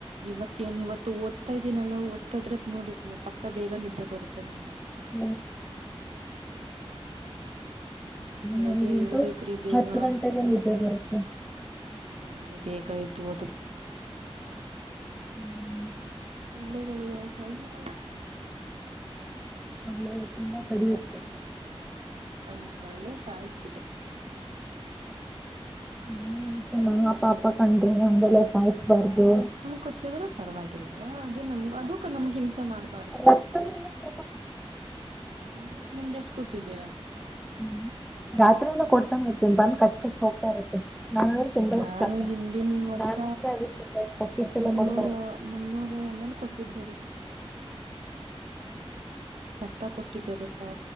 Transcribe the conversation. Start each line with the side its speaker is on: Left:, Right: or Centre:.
Right: ಇವತ್ ಏನ್ ಇವತ್ತು ಓದ್ತಾ ಇದೀನ ಅಲ್ವಾ ಓದ್ತದ್ರೆ ನೋಡಿ ಪಕ್ಕ ಬೇಗ ನಿದ್ದೆ ಬರುತ್ತೆ ನನ್ಗೆ
Centre: <unintelligible> <unintelligible> <unintelligible>
Right: ಬೆಳಗ್ಗೆ
Centre: ನಮಗಂಟ
Right: ಏಳ್ಬೇಕ್ರಿ ಬೇಗ
Centre: ಹತ್ತು ಗಂಟೆಗೆ ನಿದ್ದೆ ಬರುತ್ತೆ
Right: ಬೆಳಗೆ ಬೇಗ ಎ ದ್ದು ಒದು
Centre: ಹ್ಮ್
Right: ಸೊಳ್ಳೆಗಳಿದಾವೆ ಸೊಳ್ಳೆ
Centre: ಸೊಳ್ಳೆ ತುಂಬಾ ಕಡಿಯುತ್ತೆ
Right: ಒಂದು ಸೊಳ್ಳೆ ಸಾಯಿಸಿ <unintelligible>
Centre: ಪ್ರಾಣಿ ಹಿಂಸೆ ಮಹಾ ಪಾಪ ಕಂಡ್ರಿ ಹಂಗೆಲ್ಲ ಸಾಯಿಸ್ಬಾರ್ದು
Right: ಕೊಚ್ಚಿದ್ರ ಪರವಾಗಿಲ್ವಾ ಅದು ನ ಅದು ನಮಗೆ ಹಿಂಸೆ ಮಾಡ್ <unintelligible>
Centre: ರಕ್ತ <unintelligible> <unintelligible>
Right: ನಿಮ್ದು ನಿಮ್ದ ಎಷ್ಟ್ ಕೊಟ್ಟಿದ್ದೀರಾ
Centre: ಹ್ಮ ರಾತ್ರಿಂದ ಕೊಡ್ತಾನ ಇರ್ತೇನಿ ಬಂದ್ ಕಚ್ ಕಚ್ ಹೋಗ್ತಾ ಇರುತ್ತೆ ನನಾಂದ್ರೆ ತುಂಬಾ
Right: ನಾನು
Centre: ಇಷ್ಟ
Right: ಹಿಂದಿನ ವರ್ಷ
Centre: ನಾನಂದ್ರೆ ಅದ್ರ ತುಂಬಾ ಇಷ್ಟ ಫೀಸ್ ಎಲ್ಲ
Right: ಮುನ್ನೂರು
Centre: ಮಾಡ
Right: ಮುನ್ನೂರು ಎಮ್ ಎಲ್ ಕೊಟ್ಟಿದ್ದೆರಿ ರಕ್ತ ಕೊಟ್ಟಿದ್ದೆ ಗೊತ್ತಾ